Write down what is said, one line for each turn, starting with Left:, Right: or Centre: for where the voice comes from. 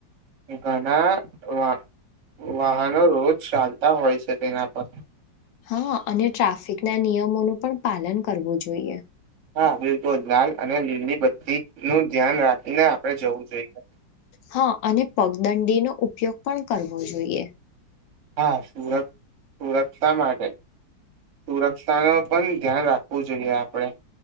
Right: ઘણા વા વાહનો રોજ ચાલતા હોય છે. તેના પર
Left: હા અને ટ્રાફિક ના નિયમોનું પણ પાલન કરવું જોઈએ.
Right: હા બિલકુલ. લાલ અને લીલી બત્તી નું ધ્યાન રાખ અને આપડે જવું જોઈએ.
Left: હા અને પગદંડીનો ઉપયોગ પણ કરવો જોઈએ.
Right: હા સુરત સુરક્ષા માટે સુરક્ષા નું પણ ધ્યાન રાખવું જોઈએ આપણે.